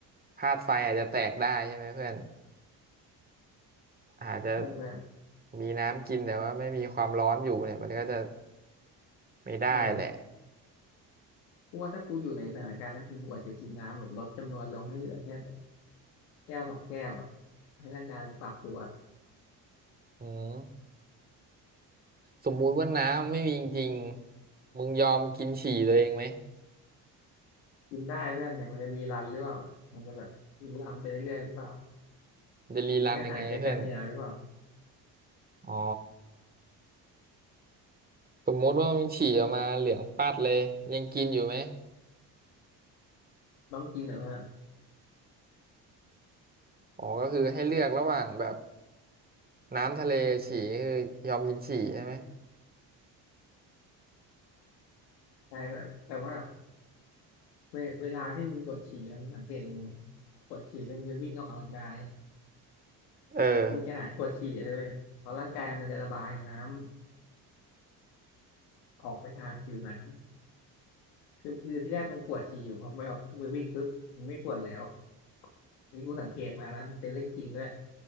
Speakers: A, on the right (about 20°); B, on the left (about 80°).
A: ธาตุไฟอาจจะแตกได้ใช่ไหมเพื่อนอาจจะ
B: ใช่เพื่อน
A: มีน้ำกินแต่ว่าไม่มีความร้อนอยู่เนี่ยมันก็จะไม่ได้แหละ
B: เออกูว่าถ้ากูอยู่ในสถานการณ์นั้นกูอาจจะกินน้ำแบบลดจำนวนลงให้เหลือแค่แบบแก้วสองแก้วอ่ะให้ร่างกายมันปรับตัว
A: อืม สมมุติว่าน้ำไม่มีจริงๆมึงยอมกินฉี่ตัวเองไหม
B: กินได้เพื่อนแต่มันจะรีรันหรือเปล่าล่ะมันจะแบบรีรันไปเรื่อยๆหรือเปล่า
A: จะรีรันยังไงเพื่อน
B: มันก็หายไปกันเนี่ยหรือเปล่า
A: อ๋อสมมุติว่ามึงฉี่ออกมาเหลืองปัดเลยยังกินอยู่ไหม
B: ต้องกินเหรอเพื่อน
A: อ๋อก็คือให้เลือกระหว่างแบบน้ำทะเลฉี่คือยอมกินฉี่ใช่ไหม
B: ใช่แบบแต่ว่าเวเวลาที่มึงปวดฉี่อะมึงสังเกตดูนะปวดฉี่แล้วมึงไปวิ่งออกกำลังกายอะ
A: เออ
B: มึงจะหายปวดฉี่เลยเว้ยเพราะร่างกายมันจะระบายน้ำ ออกไปทางผิวหนังคือคือที่แรกมึงปวดฉี่อยู่พอไปออกไปวิ่งปุ๊บมึงไม่ปวดแล้วอันนี้กูสังเกตมานะมันเป็นเรื่องจริงด้วย